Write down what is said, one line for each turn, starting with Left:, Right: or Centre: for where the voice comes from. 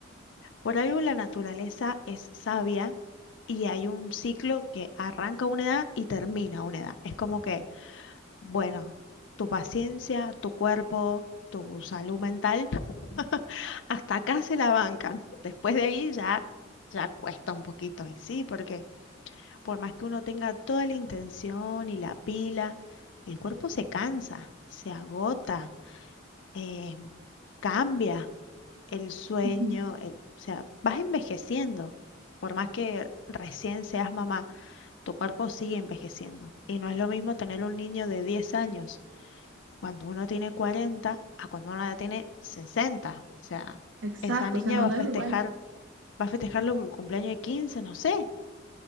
Left: Por algo la naturaleza es sabia y hay un ciclo que arranca a una edad y termina a una edad. Es como que, bueno, tu paciencia, tu cuerpo, tu salud mental, <laughs> hasta acá se la bancan. Después de ahí ya, ya cuesta un poquito. Y sí, porque por más que uno tenga toda la intención y la pila, el cuerpo se cansa, se agota, eh, cambia. el sueño,
Right: Ujú.
Left: el, o sea, vas envejeciendo. Por más que recién seas mamá, tu cuerpo sigue envejeciendo. Y no es lo mismo tener un niño de 10 años cuando uno tiene 40 a cuando uno ya tiene sesenta O sea,
Right: Exacto,
Left: esa niña
Right: o sea, no,
Left: va
Right: no
Left: a festejar,
Right: es igual.
Left: va a festejar lo- el cumpleaños de quince no sé,